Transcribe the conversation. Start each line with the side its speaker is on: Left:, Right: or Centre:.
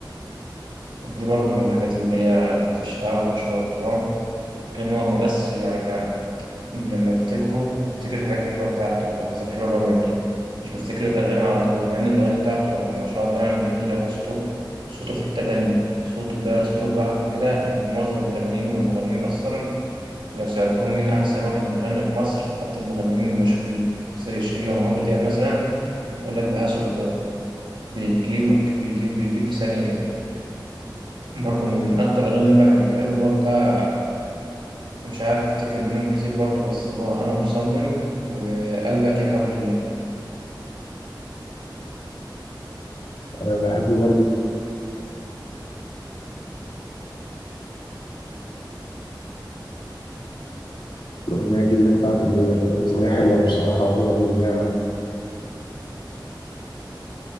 Right: دي برضه من الحاجات اللي هي تشفعه إن شاء الله إن هو مؤثر يعني ك- لما افتكره بفتكر الحاجات الحلوه بتاعته اللحظات الحلوه اللي هو بيعملها مش بفتكر الاغاني على طول مع ان الاغاني بتاعته ما شاء الله يعني جميله هو صوته صوته في حته تانية صوته ده صوته لوحده كده يعني معظم الفنانين والمغنيين اصلا لو سألتهم مين أحسن واحد بيغني في مصر حتى المغنيين المشهورين زي شيرين أو عمرو دياب مثلا يقول لك بهاء سلطان بيجيبك بيجيب بيجيب في ثانية كده برضه من أكتر الأغاني اللي بحبها له اللي هو بتاع مش عارف أفتكر منهم كتير برضه بس اللي هو أنا مصمم وقلبك يا حول الله
Left: انا بحب برضه الاغنيه الجديده بتاعته اللي هي الاغنيه حلوه بصراحه وهو بيعرف